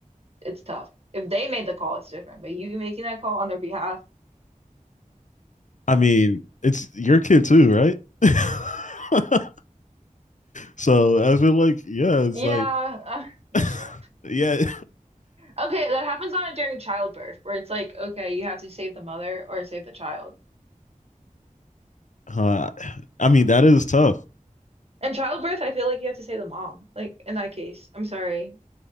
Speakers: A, on the right; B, on the left.
A: it's tough. If they made the call, it's different. But you making that call on their behalf,
B: I mean, it's your kid too, right? <laughs> so I've like, yeah, it's
A: yeah,
B: like
A: uh, that's
B: <laughs>
A: tough.
B: yeah.
A: Okay, that happens a during childbirth, where it's like, okay, you have to save the mother or save the child.
B: Uh, I mean, that is tough.
A: And childbirth, I feel like you have to say the mom, like in that case. I'm sorry.